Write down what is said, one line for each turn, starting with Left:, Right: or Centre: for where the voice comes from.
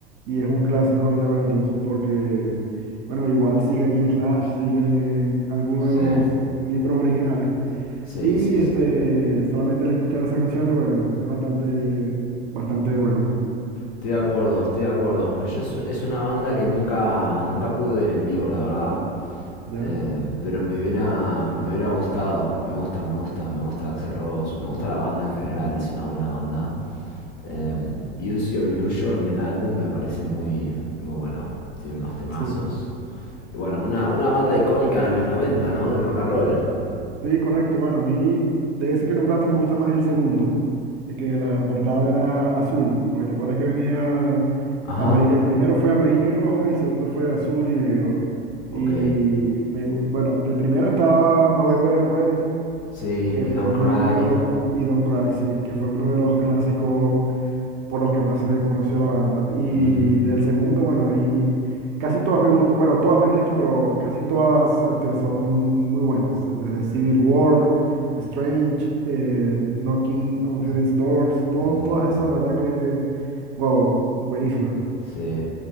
Right: y es un clásico ir a verlos, porque, bueno, igual sigue allí Slash, siguen algunos
Left: Sí,
Right: de los miembros originales.
Left: sí,
Right: Y
Left: sí,
Right: este,
Left: sí.
Right: solamente el escuchar esas canciones, bueno, es bastante, bastante bueno,
Left: Estoy de acuerdo, estoy de acuerdo. Yo es, es una banda que nunca, nunca pude ver en vivo, la verdad.
Right: ¿ya?
Left: Eh, pero me hubiera, me hubiera gustado. Me gusta, me gusta, me gusta Axel Rose. Me gusta la banda en general, es una buena banda. Eh, Use Your Illusion, el álbum, me parece muy, muy bueno. Tiene unos temazos.
Right: Sí.
Left: Y bueno, una, una banda icónica de los noventa, ¿no? Del rock and roll.
Right: Sí, correcto. Bueno, a mí de ese que nombraste me gusta más el segundo, de que la portada era azul, porque te acuerdas que venía
Left: Ajá,
Right: amari- el primero fue amarillo y rojo, y el segundo fue azul y negro.
Left: ok.
Right: Y me, gu- bueno, de primero estaba November Rain,
Left: Sí,
Right: que
Left: y
Right: fue
Left: Don't
Right: el-
Left: Cry.
Right: uno de los, y Don't Cry, sí, que fue uno de los clásicos por los que más se conoció la banda. Y
Left: Ujú.
Right: del segundo, bueno, ahí casi todas me gustan, bueno, todas mejor dicho, pero casi todas este, son muy buenas, desde Civil War, Strange, eh, Knocking on Heaven's Doors, todo,
Left: Mm.
Right: todas esas, de verdad que, wow, buenísimas.
Left: Sí.